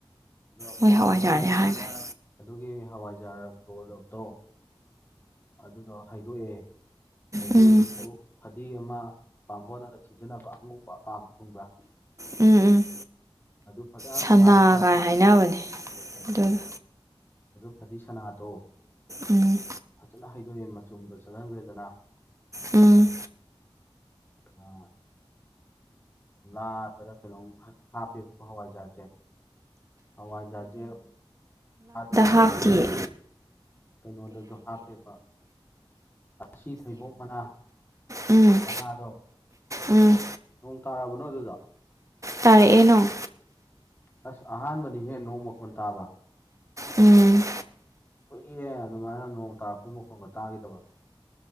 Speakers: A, on the left; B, on the right.
A: ꯑꯗꯣ ꯑꯩꯈꯣꯏ
B: ꯃꯣꯏ ꯍꯋꯥꯏꯖꯥꯔꯅꯦ
A: ꯏꯃꯥꯅ
B: ꯍꯥꯏꯕꯅꯦ
A: ꯑꯗꯨꯒꯤ ꯍꯋꯥꯏꯖꯥꯔ ꯒꯣꯂꯣꯇꯣ ꯑꯗꯨꯗꯣ ꯍꯥꯏꯗꯣꯛꯑꯦ ꯍꯩꯗꯣꯛꯏꯗꯨꯁꯨ
B: ꯎꯝ
A: ꯐꯥꯗꯤ ꯑꯃ ꯕꯥꯝꯕꯣꯟꯅꯒ ꯁꯤꯖꯤꯟꯅꯕ ꯑꯉꯧꯕ ꯑꯄꯥꯕ ꯈꯪꯕ꯭ꯔꯥ
B: ꯎꯝ ꯎꯝ
A: ꯑꯗꯨ ꯐꯖꯅ
B: ꯁꯟꯅꯥꯒꯥꯏ
A: ꯊꯥꯔꯒ
B: ꯍꯥꯏꯅꯕꯅꯦ ꯑꯗꯨꯗꯣ
A: ꯎꯝ ꯑꯗꯨ ꯐꯗꯤ ꯁꯅꯥꯗꯣ
B: ꯎꯝ
A: ꯐꯖꯅ ꯍꯩꯗꯣꯛꯑꯦ ꯃꯆꯨꯝꯗꯣ ꯆꯠꯍꯟꯈ꯭ꯔꯦꯗꯅ
B: ꯎꯝ
A: ꯑ ꯑ <unintelligible> ꯂꯥꯗꯔ ꯀꯩꯅꯣꯝꯃ ꯍꯥꯞꯄꯦ ꯍꯋꯥꯏꯆꯥꯔꯖꯦ ꯍꯋꯥꯢꯖꯥꯔꯁꯦ <unintelligible>
B: ꯍꯥꯞꯇꯦꯌꯦ
A: ꯀꯩꯅꯣꯗꯁꯨ ꯍꯥꯞꯄꯦꯕ ꯑꯁꯤ ꯊꯩꯕꯣꯛ ꯃꯅꯥ
B: ꯎꯝ
A: ꯃꯅꯥꯗꯣ
B: ꯎꯝ
A: ꯅꯣꯡ ꯇꯥꯔꯕꯣ ꯅꯣꯢ ꯑꯗꯨꯗ
B: ꯇꯥꯔꯛꯑꯦ ꯅꯣꯡ
A: ꯑꯁ ꯑꯍꯥꯟꯕꯅꯤꯍꯦ ꯅꯣꯡ ꯃꯈꯣꯟ ꯇꯥꯕ
B: ꯎꯝ
A: ꯀꯨꯏꯔꯦ ꯑꯗꯨꯃꯥꯏꯅ ꯅꯣꯡ ꯇꯥꯔꯛꯄꯩ ꯃꯈꯣꯡꯒ ꯇꯥꯈꯤꯗꯕ